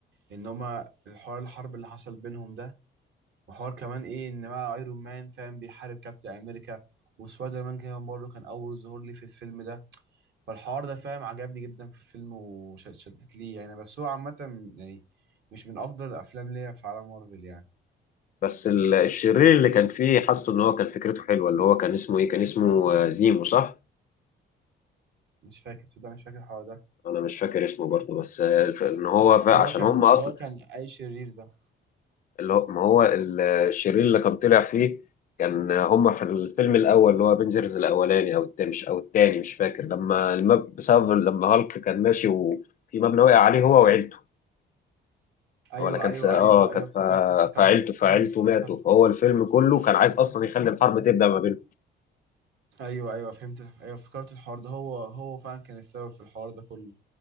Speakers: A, on the right; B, on the left.
A: ان هما الحوار الحرب اللي حصل بينهم ده وحوار كمان ايه ان بقى ايرون مان فاهم بيحارب كابتن امريكا وسبايدر مان كمان برضه كان اول ظهور لي في الفيلم ده فالحوار ده فاهم عجبني جدا في الفيلم وشدت لي يعني بس هو عامة يعني مش من افضل الافلام ليا في عالم مارفل يعني
B: بس ال- الشرير اللي كان فيه حاسه إن هو كان فكرته حلوة اللي هو كان اسمه إيه كان اسمه آه، زيمو صح؟
A: مش فاكر صدق مش فاكر الحوار ده
B: انا مش فاكر اسمه برضه بس الف- ان هو ف... عشان
A: اللي هو كان
B: هم اصلا
A: اللي هو كان اي شرير ده
B: اللي هو ما هو ال- الشرير اللي كان طلع فيه كان هم في الفيلم الاول اللي هو افنجرز الاولاني او التاني مش او التاني مش فاكر لما المب... بسبب لما هالك كان ماشي وفي مبنى وقع عليه هو وعيلته
A: ايوه
B: ولا كان
A: ايوه
B: س... اه
A: ايوه
B: كان
A: ايوه افتكرت
B: ف...
A: افتكرت
B: فعيلته
A: افتكرت
B: فعيلته
A: افتكرت
B: ماتوا فهو الفيلم كله كان عايز اصلا يخلي الحرب تبدا ما بينهم
A: ايوه ايوه فهمت ايوه افتكرت الحوار ده هو هو فعلا كان السبب في الحوار ده كله